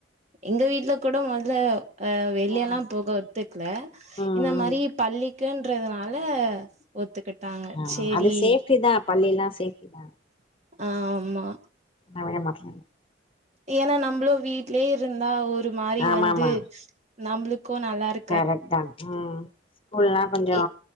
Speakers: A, on the right; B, on the left.
A: எங்க வீட்ல கூடோ மொத்ல அ வெளியெல்லா
B: ஆமா
A: போக ஒத்துக்கல
B: ம்
A: இந்த மாரி
B: ம்
A: பள்ளிக்குன்றதுனால ஒத்துக்கிட்டாங்க
B: ஆ
A: சேரி
B: அது சேஃப்டி தா பள்ளில்லா சேஃப்டி தா
A: ஆமா
B: ஏ வேக மாட்ல
A: ஏன்னா நம்பளோ வீட்லே இருந்தா ஒரு மாரி
B: ஆமா
A: வந்து
B: ஆமா
A: நம்புளுக்கு நல்லாருக்
B: கரெக்ட் தா ம் ஸ்கூல்லா கொஞ்சோ
A: எ